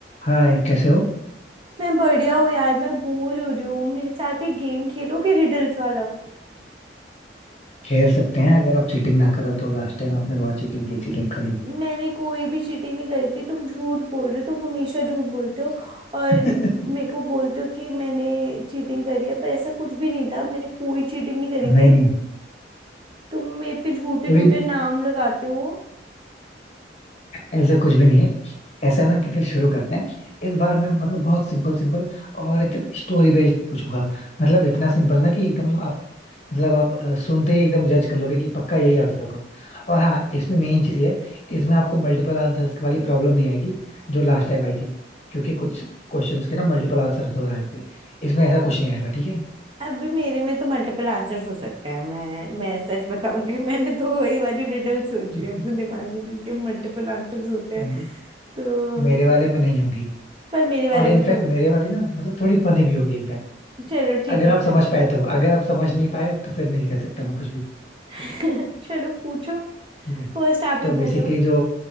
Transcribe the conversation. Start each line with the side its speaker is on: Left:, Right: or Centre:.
Left: हाय कैसे हो
Right: मैं बढ़िया हूँ यार मैं बोर हो रही हूँ मेरे साथ एक गेम खेलोगे रिडल्स वाला
Left: खेल सकते हैं अगर आप चीटिंग ना करो तो लास्ट टाइम आपने बहुत चीटिंग की थी लिटरली
Right: मैंने कोई भी चीटिंग नहीं करी थी तुम झूठ बोल रहे हो तुम हमेशा झूठ बोलते हो और
Left: <laughs>
Right: मेरे को बोलते हो कि मैंने चीटिंग करी है पर ऐसा कुछ भी नहीं था मैंने कोई चीटिंग नहीं करी
Left: नहीं
Right: थी
Left: नहीं
Right: तुम मेरे पे झूठे
Left: अभी
Right: झूठे नाम लगाते हो
Left: ऐसा कुछ भी नहीं है ऐसा ना कि फिर शुरू करते हैं इस बार मैं मतलब बहुत सिंपल सिंपल और एकदम स्टोरी बेस्ड पूछूंगा मतलब इतना सिंपल ना कि एकदम आप मतलब आप अ, सुनते ही एकदम जज कर लोगे कि पक्का यही आंसर होगा और हाँ इसमें मेन चीज ये है इसमें आपको मल्टीपल आंसर्स वाली प्रॉब्लम नहीं आएगी जो लास्ट टाइम आई थी क्योंकि कुछ क्वेश्चंस के ना मल्टीपल आंसर हो रहे थे इसमें ऐसा कुछ नहीं आएगा ठीक
Right: अभी मेरे में तो मल्टीपल आंसर्स हो सकते हैं मैं मैं सच बताऊंगी मैंने तो वही वाली रिडल सोची
Left: है
Right: है अपने दिमाग में जिनके मल्टीपल आंसर्स होते
Left: <laughs>
Right: हैं तो
Left: मेरे वाले में नहीं होगी
Right: पर मेरे बारे
Left: और इनफैक्ट
Right: में तो
Left: मेरे वाली ना मतलब थोड़ी फनी भी होंगी इनफैक्ट
Right: चलो ठीक
Left: अगर
Right: है
Left: आप
Right: फिर
Left: समझ पाए तो अगर आप समझ नहीं पाए तो फिर नहीं कह सकता मैं कुछ भी
Right: <laughs> चलो पूछो
Left: ठीक है
Right: फर्स्ट आप
Left: तो
Right: ही
Left: बेसिकली
Right: पूछो
Left: जो